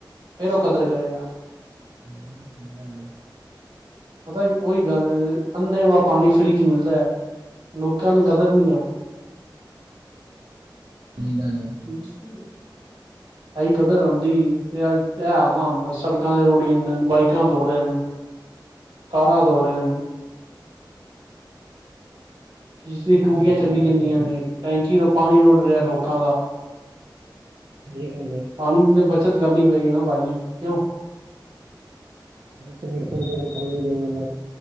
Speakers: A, on the right (about 85°); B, on the right (about 70°).
A: ਫੇਰ ਉਹ ਕਦਰ ਕਰੇਗਾ
B: ਹਾ ਸਹੀ ਗੱਲ ਏ
A: ਪਤਾ ਹੈ, ਔਹੀ ਗੱਲ ਹੈ, ਅੰਨੇ ਵ ਪਾਣੀ ਫ੍ਰੀ ਚੇ ਮਿਲਦਾ ਹੈ। ਲੋਕਾਂ ਨੂੰ ਕਦਰ ਨੀ ਆ
B: ਸਹੀ ਗੱਲ ਏ।
A: ਹਮ ਐਹੀ ਕਦਰ ਆਉਂਦੀ ਤੇ ਅਜ ਤੇ ਐ ਹਾਲ ਨਾ ਆਉਂ ਸੜਕਾਂ ਤੇ ਰੁੜੀ ਜਾਂਦੇ, ਬਾਈਕਾਂ ਤੋ ਰਹੇ ਹਨ, ਕਾਰਾਂ ਤੋ ਰ ਹਨ ਕਿਸ ਦੀ ਟੂਟੀਆਂ
B: ਕਾਰ
A: ਚੱਲੀ
B: ਵਗੈਰਾ
A: ਜਾਂਦੀਆਂ
B: ਧੋ ਰਹੇ।
A: ਨੇ, ਟੈਂਕੀ ਤੋਂ ਪਾਣੀ ਰੁੜ ਰਿਹਾ ਲੋਕਾਂ ਦਾ।
B: ਏ ਗੱਲ ਹੈ
A: ਪਾਣੀ ਦੀ ਤੇ ਬੱਚਤ ਕਰਨੀ ਪਏਗੀ ਨਾ ਭਾਜੀ, ਕਿਉਂ
B: ਪੇੜ ਪੋਧਿਆ ਨੂ ਪਾਣੀ ਦੇਣਾ, ਅਲਗ